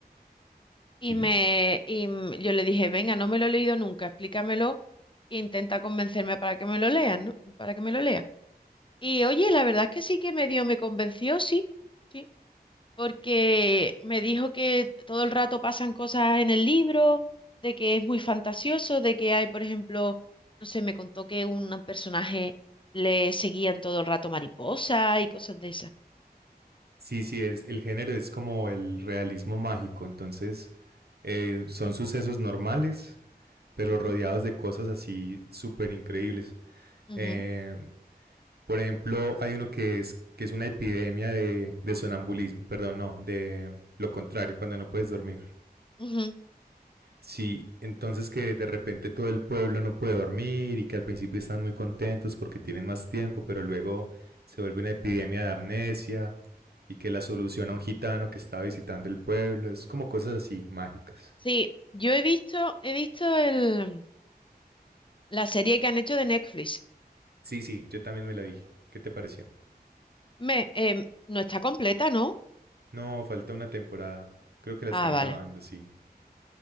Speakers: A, on the left; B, on the right.
A: y
B: Sí,
A: me y m- yo le dije, venga, no me lo he leído nunca, explícamelo e intenta convencerme para que me lo lean, ¿no? Para que me lo lea. Y oye, la verdad es que sí que medio me convenció, sí, sí. porque me dijo que todo el rato pasan cosas en el libro, de que es muy fantasioso, de que hay, por ejemplo, no sé, me contó que un personaje le seguían todo el rato mariposa y cosas de esas.
B: Sí, sí, es, el género es como el realismo mágico, entonces eh, son sucesos normales, pero
A: Ujú,
B: rodeados de cosas así súper increíbles.
A: ujú,
B: Eh, por ejemplo, hay uno que es, que es una epidemia de, de sonambulismo, perdón, no, de lo contrario, cuando no puedes dormir.
A: ujú.
B: Sí, entonces que de repente todo el pueblo no puede dormir y que al principio están muy contentos porque tienen más tiempo, pero luego se vuelve una epidemia de amnesia y que la solución a un gitano que estaba visitando el pueblo es como cosas así, mágicas.
A: Sí, yo he visto, he visto el, la serie que han hecho de Netflix.
B: Sí, sí, yo también me la vi. ¿Qué te pareció?
A: Me, em, no está completa, ¿no?
B: No, falta una temporada. Creo que la
A: Ah,
B: están
A: vale.
B: grabando, sí.